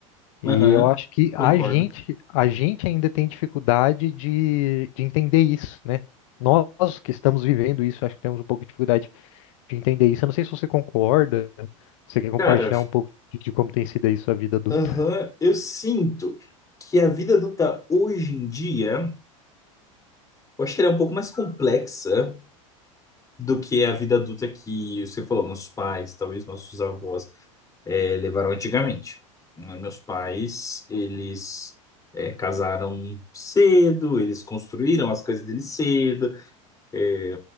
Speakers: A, on the left; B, on the left.
A: E
B: aham,
A: eu acho que
B: concordo.
A: a gente, a gente ainda tem dificuldade de, de entender isso, né? Nós que estamos vivendo isso, acho que temos um pouco de dificuldade de entender isso. Eu não sei se você concorda, você quer compartilhar
B: Cara,
A: um pouco de, de como tem sido aí sua vida adulta?
B: aham, eu sinto que a vida adulta hoje em dia, eu acho que ela é um pouco mais complexa do que a vida adulta que você falou, nossos pais, talvez nossos avós, eh, levaram antigamente. Né, Meus pais, eles eh, casaram cedo, eles construíram as coisas deles cedo. É,